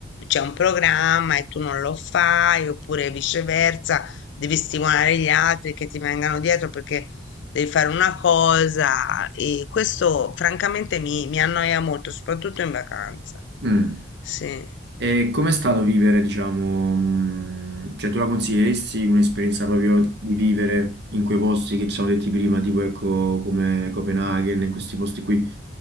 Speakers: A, on the left; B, on the right.
A: c'è un programma e tu non lo fai, oppure viceversa devi stimolare gli altri che ti vengano dietro perché devi fare una cosa e questo francamente mi, mi annoia molto, soprattutto in vacanza.
B: Mm.
A: Sì,
B: E com'è stato vivere, diciamo, mm, cioè tu la consiglieresti un'esperienza proprio di vivere in quei posti che ci siamo detti prima, tipo ecco come Copenaghen, in questi posti qui